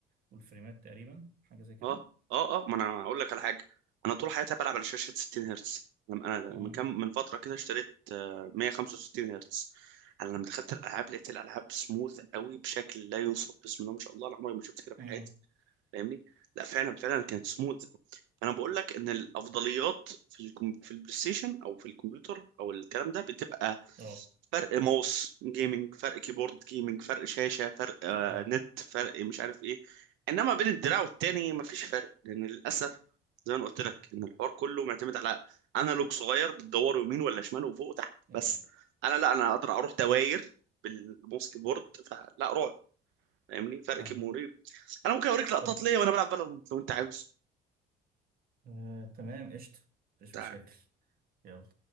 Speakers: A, on the right; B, on the right.
A: والفريمات تقريبا حاجة زي كده
B: اه اه اه ما انا اقول لك على حاجه انا طول حياتي بلعب على شاشه 60 هرتز لما انا
A: امم
B: من كام من فتره كده اشتريت آه، 165 هرتز انا لما دخلت الالعاب لقيت الالعاب سموث قوي بشكل لا يوصف بسم الله ما شاء الله انا عمري ما شفت كده في
A: امم
B: حياتي فاهمني لا فعلا فعلا كانت سموث انا بقول لك ان الافضليات في الكم... في البلاي ستيشن او في الكمبيوتر او الكلام ده بتبقى
A: اه
B: فرق ماوس جيمنج فرق كيبورد جيمنج فرق شاشة فرق آه
A: اه
B: نت فرق مش عارف ايه انما بين الدراع والتاني مفيش فرق لان للاسف زي ما أنا قلت لك ان الحوار كله معتمد على انالوج صغير بتدور يمين ولا شمال وفوق وتحت
A: اه
B: بس انا لا انا اقدر اروح دواير بالماوس كيبورد فلا رعب فاهمني فرق
A: فاهم
B: كيموري انا ممكن اوريك لقطات
A: طب
B: ليا وانا بلعب فالورنت لو انت عاوز
A: آه تمام قشطة مفيش
B: انت
A: مشاكل يلا